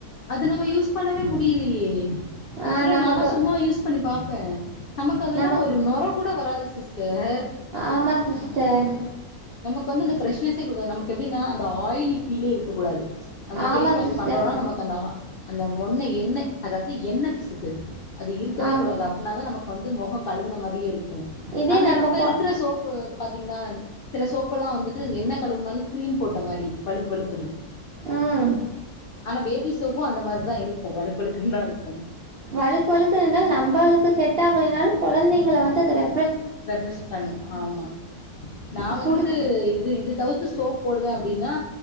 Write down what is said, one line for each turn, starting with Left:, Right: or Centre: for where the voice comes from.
Left: அது நம்ம யூஸ் பண்ணவே முடியிலேயே ஆக்ச்வலா
Right: ஆ நமக்கு
Left: நானா சும்மா யூஸ் பண்ணிப்பா பேன் நமக்கு அதெலா
Right: நமக்
Left: ஒரு நொர கூட வராது சிஸ்டர்
Right: ஆமா சிஸ்டர்
Left: வந்துந்த பிரெஷ்னசே குடுகாது நமகு எப்டினா அந்த ஆயிலி பீலே இருக்க கூடாது நம்ம
Right: ஆமா
Left: பேஸ் வாஷ்
Right: சிஸ்டர்
Left: பண்றோனா நமக் ஆஹ் அந்த மொன்ன எண்ணெய் அதாது எண்ண பிசுக்கு அது இருக்கவே
Right: ஆம்
Left: கூடாது அப்ட்னா தா நமக்கு வந்து முக கலுவுன மாரி இருக்கு
Right: இதே
Left: ஆனா
Right: நம்ப
Left: இப்ப
Right: கொ
Left: இருக்ற சோப்பு பாதீங்னா சில சோப்லாம் வந்துடு என்ன கலுவுனாலு கிரீம் போட்ட மாரி வலுக் வலுக்னு
Right: ம்
Left: ஆனா பேபி சோபும் அந்த மாரிதா இருக்கு வலுக் வலுக்னு தா இருக்கு
Right: வலுக் வலுக் இருந்தால் நமளுக்கு செட் ஆகலைனாளு கொலந்தைகல வந்து அது ரெப்
Left: ரெப்ரஸ் பண்ண ஆமா நா
Right: சுடு
Left: வந்துடு இது இது தவிர் சோப் போடுவ அப்டினா